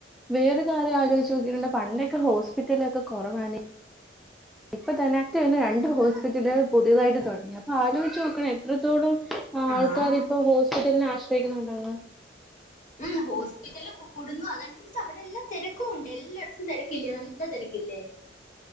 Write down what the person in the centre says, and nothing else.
വേറെ കാര്യം ആലോയ്ച്ച് നോക്കിയിട്ടുണ്ടോ. പണ്ടൊക്കെ ഹോസ്പിറ്റലൊക്കെ കുറവാണ് ഇപ്പൊ <inaudible> തന്നെ രണ്ട് ഹോസ്പിറ്റലുകൾ പുതിയതായിട്ട് തൊടങ്ങി. അപ്പൊ ആലോയ്ച്ചോനോക്കണ എത്രത്തോളം ആൾക്കാര്
ഇപ്പോ ഹോസ്പിറ്റലിനെ ആശ്രയിക്കുന്നുണ്ടെന്ന്